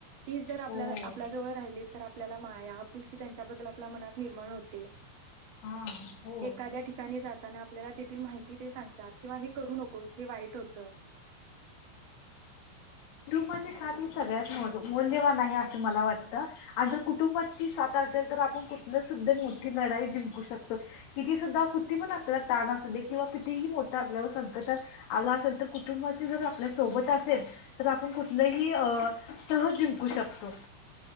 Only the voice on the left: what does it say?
हो हो
हा हो
माझे
खाती सगळ्यात मोज मौल्यवान आहे असं मला वाटतं. आ आन जर कुटुंबाची साथ असेल तर आपण कुठलं सुद्धा मोठी लढाई जिंकू शकतो, किती सुद्धा कुठ्ती पण आपल्याला ताण असू दे किंवा कितीही मोठा आपल्यावर संकट आला असेल तर कुटुंबाची जर आपल्या सोबत असेल तर आपण कु <unintelligible> अ सहज जिंकू शकतो.